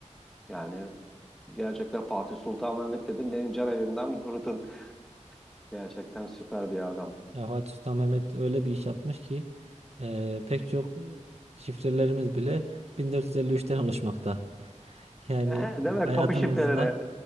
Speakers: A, in the centre; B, on the right.
A: Yani Gerçekten Fatih Sultan Mehmet dedim. Benim can evimden vurdun. Gerçekten süper bir adam.
B: Ya Fatih Sultan Mehmet öyle bir iş yapmış ki e, pek çok şifrelerimiz bile 1453'ten oluşmakta. <laughs> Yani
A: <laughs> Değil mi?
B: hayatımızla
A: Kapı şifreleri.